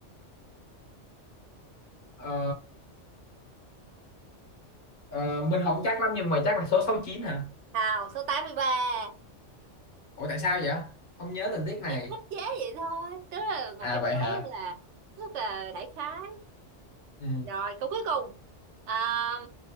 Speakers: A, on the left; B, on the right.
A: ờ, ờ, mình không chắc lắm nhưng mà chắc là số sáu mươi chín hả
B: Nào, số tám mươi ba
A: ủa tại sao vậy không nhớ tình tiết này
B: thì thích chế vậy thôi tức là một
A: à
B: cái
A: vậy
B: món
A: hả
B: rất là rất là đại khái
A: ừ.
B: rồi câu cuối cùng à,